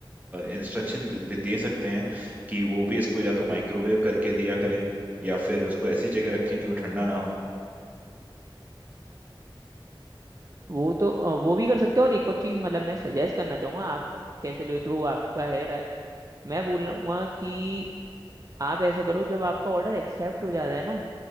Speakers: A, on the right; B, on the right.
A: इंस्ट्रक्शन भी दे सकते हैं कि वो भी इसको या तो माइक्रोवेव करके दिया करें या फिर उसको ऐसी जगह रखें कि वो ठंडा ना हो
B: वो तो अ, वो भी कर सकते हो और एक और चीज़ मतलब मैं सजेस्ट करना चाहूंगा आप कैसे ले तो वो आपका है राय मैं बोल लूंगा कि आप ऐसा करो जब आपका ऑर्डर एक्सेप्ट हो जाता है ना